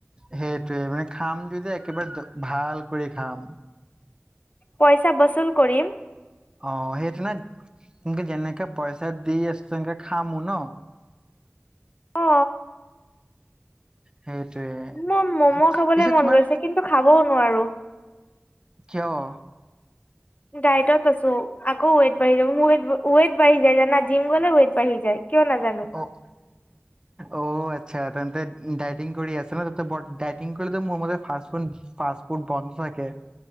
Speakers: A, on the right; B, on the left.
A: সেইটোৱে মানে খাম যদি। একেবাৰে ভাল কৰি খাম।
B: পইচা বচুল কৰিম।
A: অ সেইটো নেকে যেনেকে পইচা দি আছ তেনেকে খামো ন।
B: অ
A: সেইটোৱে
B: মোৰ মম'
A: উম,
B: খাবলে
A: পিছে
B: মন
A: তোমাৰ
B: গৈছে কিন্তু খাবও নোৱাৰো। <unintelligible>
A: কিয়
B: ডাইটত আছো আকৌ ওৱেট বাঢ়ি যাব ৱ বাঢ়ি য জিম গলে ওৱেট বাঢ়ি যায়। কিয় নাজানো
A: অ অ আচ্ছা তেন্তে ডাইটিং কৰি আছ ন ত ড ইটিং কৰিলে মোৰ মতে ফাচ ফুড ফাচ ফুড বন্ধ থাকে।